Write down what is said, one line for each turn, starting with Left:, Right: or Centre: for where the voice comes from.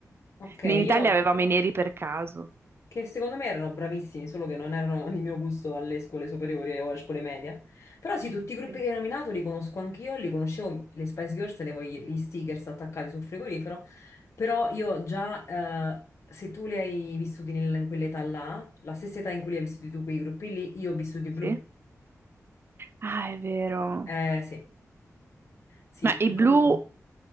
Left: Ok, io
Right: in Italia avevamo i neri per caso.
Left: che secondo me erano bravissimi, solo che non erano il mio gusto alle scuole superiori o alle scuole medie. Però sì, tutti i gruppi
Right: Sì.
Left: che hai nominato li conosco anch'io, li conoscevo, le Spice Girls, tenevo gli, gli stickers attaccati sul frigorifero, però io già, eh, se tu li hai vissuti nel- in quell'età là, la stessa età in cui li hai vissuti tu quei gruppi lì, io ho vissuti i blu.
Right: Sì? Ah, è vero.
Left: Eh sì, sì,
Right: Ma
Left: che
Right: i
Left: comunque...
Right: blu,